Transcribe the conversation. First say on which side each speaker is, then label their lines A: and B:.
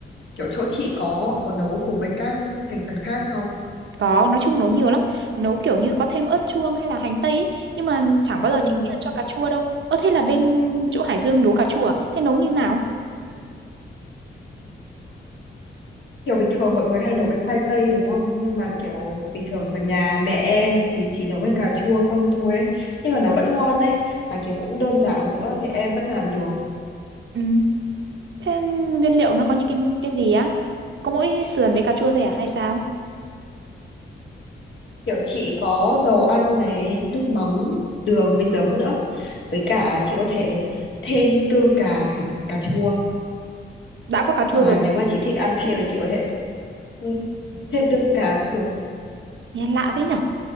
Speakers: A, on the left; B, on the right.
A: kiểu chỗ chị có có nấu cùng với các thành phần khác không
B: có, nói chung nấu nhiều lắm. Nấu kiểu như có thêm ớt chuông hay là hành tây ý, nhưng mà chẳng bao
A: ừ.
B: giờ chị nghĩ là cho cà chua đâu. Ơ thế là bên chỗ Hải Dương nấu cà chua à? Thế nấu như nào?
A: kiểu bình thường mọi người hay nấu với khoai tây đúng không nhưng mà kiểu bình thường ở nhà mẹ em thì chỉ nấu với cà chua không thôi ấy. nhưng mà nó vẫn ngon đấy mà kiểu cũng đơn giản nữa thì em vẫn làm được
B: Ừ, thế nguyên liệu nó có những cái cái gì á? Có mỗi sườn với cà chua thôi à hay sao?
A: Kiểu chị có dầu ăn này, nước mắm, đường với giấm nữa. Với cả chị có thể thêm tương cà, cà chua.
B: Đã có cà chua
A: Hoặc là
B: rồi.
A: nếu mà chị thích ăn thêm thì chị có thể ừ, thêm tương cà cũng được.
B: nghe lạ thế nhở